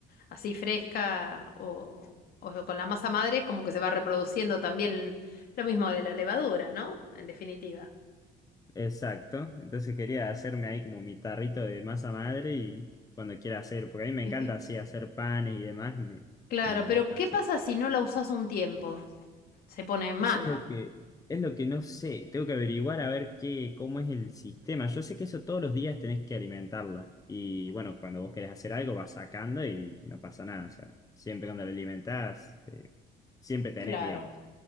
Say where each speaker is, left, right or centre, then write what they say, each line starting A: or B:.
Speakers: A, on the left; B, on the left.
A: así fresca o, o con la masa madre, es como que se va reproduciendo también lo mismo de la levadura, ¿no? En definitiva.
B: Exacto, entonces quería hacerme ahí como mi tarrito de masa madre y cuando quiera hacer, porque a mí me encanta
A: <laughs>
B: así hacer panes y demás, me,
A: Claro,
B: me,
A: pero
B: me fascina.
A: ¿qué pasa si no la usas un tiempo? Se pone mala.
B: Eso es lo que, es lo que no sé, tengo que averiguar a ver qué, cómo es el sistema. Yo sé que eso todos los días tenés que alimentarla y bueno, cuando vos querés hacer algo vas sacando y no pasa nada, o sea, siempre cuando la alimentás, eh, siempre tenés,
A: Claro,
B: digamos.